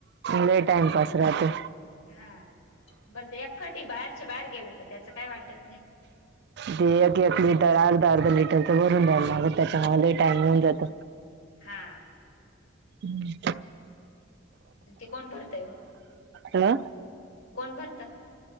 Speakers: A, on the right; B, on the left.
A: लय टाइमपास राहतो.
B: हा बरं ते एखाटी बाहेरच्या बाहेर गेलं तर त्याच काय वाटत नाही.
A: ते एक एक लिटर अर्धा अर्धा लिटरच भरून द्या ना अग त्याच्या मलाही टाइम होऊन जात.
B: हा.
A: हम्म.
B: ते कोण भरत व
A: हम.
B: कोण भरत